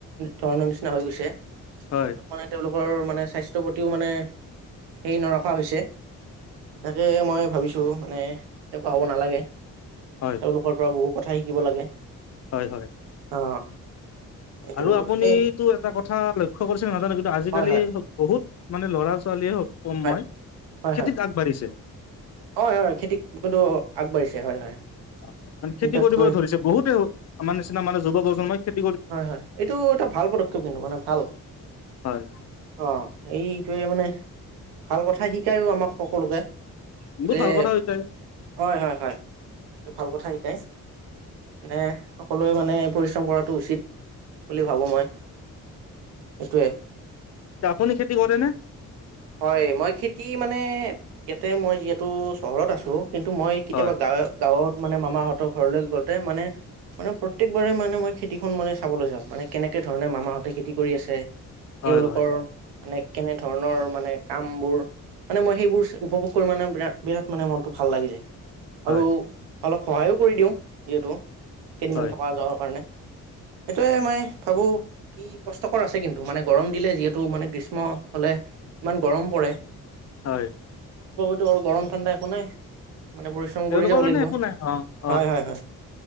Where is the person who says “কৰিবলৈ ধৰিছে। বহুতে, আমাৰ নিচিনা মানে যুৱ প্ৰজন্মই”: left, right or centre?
Left